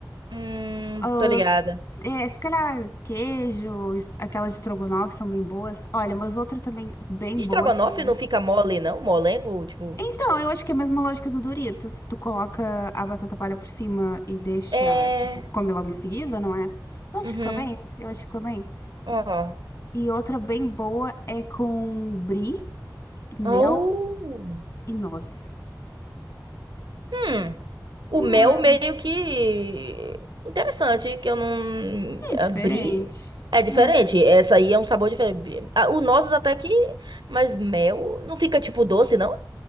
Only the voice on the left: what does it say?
As-
é, se calhar queijo, es- aquelas de estrogonofe são bem boas. Olha, mas outra também bem
boa que eu
Então, eu acho que é a mesma lógica do Doritos. Tu coloca a batata palha por cima e deixa,
tipo, come logo em seguida, não é? Eu acho
que fica bem, eu acho que fica bem.
E outra bem boa é com brie, mel
e nozes.
Ah,
é diferente.
Yeah.